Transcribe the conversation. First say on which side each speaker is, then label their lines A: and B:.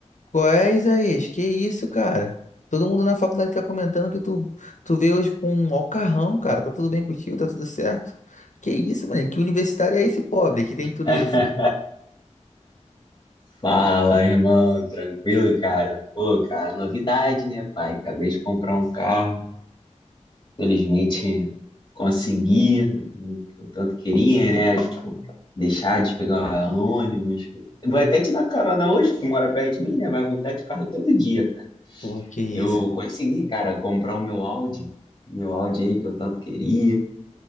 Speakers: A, on the left; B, on the left.
A: Qual é, Isaías? Que isso, cara? Todo mundo na faculdade tá comentando que tu, tu veio hoje com um alcarrão, cara. Tá tudo bem contigo? Tá tudo certo? Que isso, mano? Que universitário é esse pobre que tem tudo
B: <laughs>
A: isso?
B: Fala, irmão, tranquilo, cara? Pô, cara, novidade, né, pai? Acabei de comprar um carro, felizmente consegui o que eu tanto queria, né? Tipo, deixar de pegar ônibus. Vou até te dar carona hoje, que tu mora perto de mim, né? Vai voltar de carro todo dia, cara.
A: Pô, que
B: Eu
A: isso.
B: consegui, cara, comprar o meu Audi, meu Audi aí que eu tanto queria,